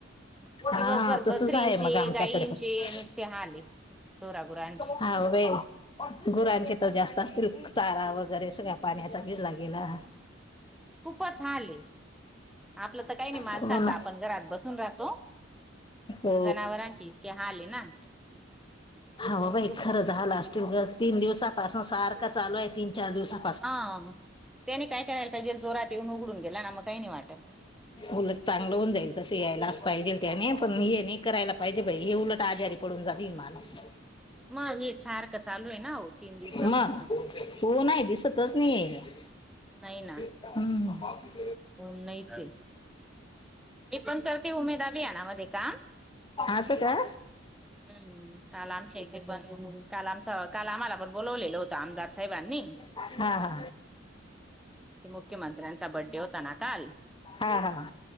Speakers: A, on the left; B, in the centre.
A: हा
B: दिवसभर बकरींचे
A: तसच आहे मग आमच्याकडे
B: गायींचे
A: पण
B: नुसते हाल आहेत ढोरागुरांचे
A: हा ओ बाई गुरांचे तर जास्त असल क चारा वगैरे सगळ्या पाण्यात तर भिजला गेला
B: खूपच हाल हे आपलं तर काय नाही माणसांचं
A: हो ना
B: आपण घरात बसून राहतो
A: हो
B: पण जनावरांची इतके हाल आहे ना
A: हा ब बाई खरं झालं असतील ग तीन दिवसापासून सारखं चालू आहे तीन चार दिवसात
B: हा त्याने काय कारायला पाहिजेल जोरात येऊन उघडून गेला ना मग काही नाही वाटत
A: उलट चांगलं होऊन जाईल तस यायलाच पाहिजे त्याने. पण हे नाही करायला पाहिजे बाई हे उलट आजारी पडून जातील माणूस.
B: मग एक सारखं चालू आहे ना हो तीन दिवसापासून.
A: मग हो नाही दिसतच नाही हेज्यात
B: नाही ना.
A: हम्
B: हो नाही ते मी पण करते उमेद अभियाना मध्ये काम
A: असं का
B: हम्म काल आमच्या इथे ब काल आमच्या काल आम्हाला पण बोलावलेललं होतं आमदार साहेबांनी
A: हा हा
B: ते मुख्यमंत्र्यांचा बड्डे होता ना काल
A: हा हा